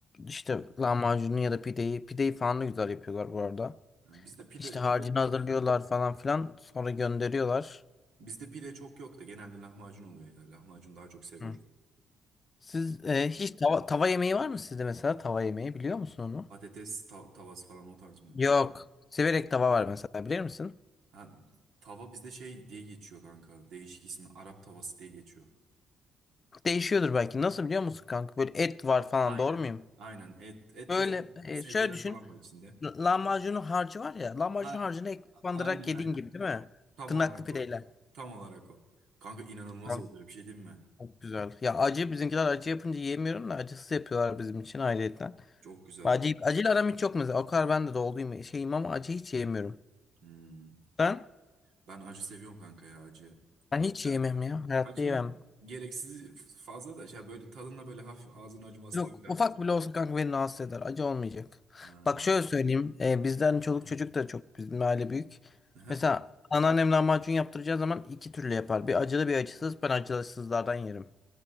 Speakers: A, on the left; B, on the right.
A: işte lahmacunu ya da pideyi. Pideyi falan da güzel yapıyorlar bu arada.
B: Yani bizde pide,
A: İşte harcını
B: pide
A: hazırlıyorlar falan filan. Sonra gönderiyorlar.
B: bizde pide çok yok da genelde lahmacun oluyor ya. Lahmacun daha çok seviyoruz.
A: Hı. Siz e, hiç tava, tava yemeği var mı sizde mesela? Tava yemeği biliyor musun onu?
B: Patates ta- tavası falan o tarz mı?
A: Yok. Siverek tava var mesela bilir misin?
B: Ha, tava bizde şey diye geçiyor kanka. Değişik ismi Arap tavası diye geçiyor.
A: Değişiyordur belki. Nasıl biliyor musun kanka? Böyle et var falan
B: Aynen.
A: doğru muyum?
B: Aynen. Et, et
A: Böyle
B: ve se-
A: e,
B: sebzeler
A: şöyle düşün.
B: falan var içinde.
A: L- Lahmacunun harcı var ya. Lahmacun
B: Ha,
A: harcını ekmek
B: a-
A: bandırarak
B: aynen
A: yediğin
B: aynen.
A: gibi değil mi?
B: Tam
A: Tırnaklı
B: olarak
A: pideyle.
B: o. Tam olarak o. Kanka inanılmaz
A: Kanka,
B: oluyor bir şey değil mi?
A: çok güzel. Ya acı bizimkiler acı yapınca yemiyorum da acısız yapıyorlar bizim için ayrıyetten.
B: Çok güzel
A: Acil,
B: oldu.
A: acil aram hiç yok mesela. O kadar ben de doluyum şeyim ama acı hiç yemiyorum.
B: Hmm.
A: Ben,
B: Ben acı seviyorum kanka ya acı. Güzel.
A: ben hiç yemem ya. Hayatta
B: Acının
A: yemem.
B: gereksiz fazla da şey böyle tadında böyle hafif ağzın acıması
A: Yok
B: da güzel
A: ufak
B: bence.
A: bile olsa kanka beni rahatsız eder. Acı olmayacak.
B: Ha.
A: Bak şöyle söyleyeyim. e, bizden
B: <clears throat>
A: çoluk çocuk da çok bizim aile büyük.
B: Aha.
A: Mesela anneannem lahmacun yaptıracağı zaman iki türlü yapar. Bir acılı bir acısız. Ben acısızlardan yerim.